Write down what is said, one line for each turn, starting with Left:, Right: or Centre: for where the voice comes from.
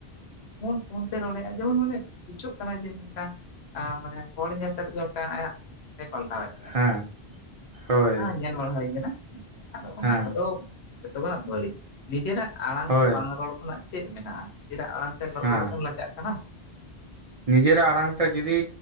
Left: ᱯᱷᱚᱱ ᱯᱷᱳᱱ ᱛᱮ ᱨᱚᱲ ᱮᱜᱟ ᱡᱮᱢᱚᱱ ᱚᱱᱰᱮ ᱵᱩᱡᱟᱹᱜ ᱠᱟᱱᱟ ᱡᱮ ᱢᱤᱫᱴᱟᱝ ᱢᱟᱱᱮ ᱦᱚᱲ ᱧᱮᱞ ᱠᱟᱛᱮᱫ ᱜᱮ ᱢᱤᱫᱴᱟᱝ ᱟᱭᱟᱜ ᱮ ᱯᱟᱞᱴᱟᱣᱮᱫ ᱛᱟᱭᱟ
Right: ᱦᱮᱸ ᱦᱳᱭ
Left: ᱦᱮᱸ ᱧᱮᱞ ᱵᱟᱲᱟ ᱦᱩᱭ ᱠᱟᱱᱟ ᱾ ᱦᱮᱸᱥᱮ ᱟᱫᱚ ᱚᱱᱟ
Right: ᱦᱮᱸ
Left: ᱠᱚᱫᱚ ᱡᱚᱛᱚ ᱠᱷᱚᱱᱟᱜ ᱵᱟᱹᱲᱤᱡ ᱱᱤᱡᱮᱨᱟᱜ ᱟᱲᱟᱝ
Right: ᱦᱳᱭ
Left: ᱛᱮ ᱵᱟᱝ ᱨᱚᱲ ᱱᱟᱜ ᱪᱮᱫ ᱢᱮᱱᱟᱜ-ᱟ ᱪᱮᱫᱟᱜ ᱟᱲᱟᱝ ᱛᱮ
Right: ᱦᱮᱸ
Left: ᱨᱚᱲ ᱛᱮᱢ ᱞᱟᱡᱟᱜ ᱠᱟᱱᱟ ᱾
Right: ᱱᱤᱡᱮᱨᱟᱜ ᱟᱲᱟᱝ ᱛᱮ ᱡᱩᱫᱤ